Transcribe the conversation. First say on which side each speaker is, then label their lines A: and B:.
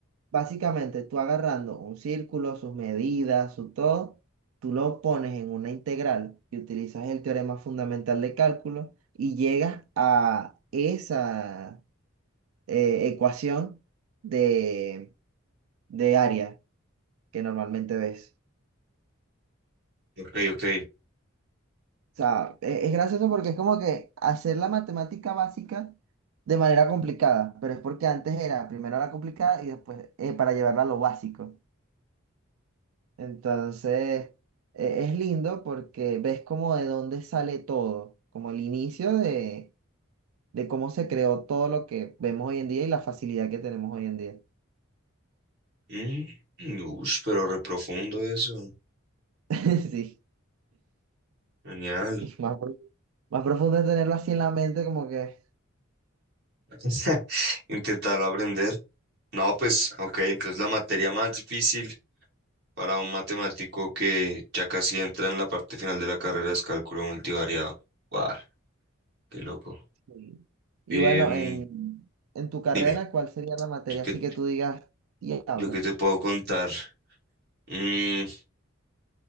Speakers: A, on the right; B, on the right.
A: Básicamente, tú agarrando un círculo, sus medidas, su todo, tú lo pones en una integral y utilizas el teorema fundamental de cálculo y llegas a esa eh, ecuación de, de área que normalmente ves.
B: Ok, ok.
A: O sea, e- es gracioso porque es como que hacer la matemática básica de manera complicada, pero es porque antes era primero la complicada y después eh, para llevarla a lo básico. Entonces, e- es lindo porque ves como de dónde sale todo, como el inicio de, de cómo se creó todo lo que vemos hoy en día y la facilidad que tenemos hoy en día.
B: Mm, ush, pero reprofundo eso.
A: <laughs> Sí,
B: Genial.
A: y más, pro- más profundo es tenerlo así en la mente, como que...
B: <laughs> Intentarlo aprender. No, pues, ok, entonces la materia más difícil para un matemático que ya casi entra en la parte final de la carrera es cálculo multivariado. Guau, qué loco.
A: sí. Y
B: Em,
A: bueno, en, en tu carrera,
B: dime,
A: ¿cuál sería la materia
B: ¿yo qué,
A: así que tú digas, diablos?
B: yo qué te puedo contar? Mm,